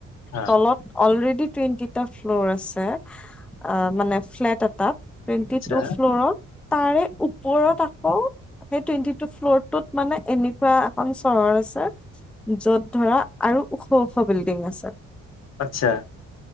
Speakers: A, on the left; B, in the centre.
A: হা
B: তলত অলৰেডি টুৱেণ্টি টা ফ্ল'ৰ আছে আ মানে ফ্লেট এটাত টুৱেণ্টি
A: আচ্ছা
B: টু ফ্ল' তাৰে ওপ- ফ্ৰৰ আকৌ সেই টুৱেণ্টি টু ফ্ল'ৰ টোত মানে এনেকুৱা এখন চহৰ আছে। য'ত ধৰা আৰু ওখ ওখ বিল্ডিং আছে।
A: আচ্ছা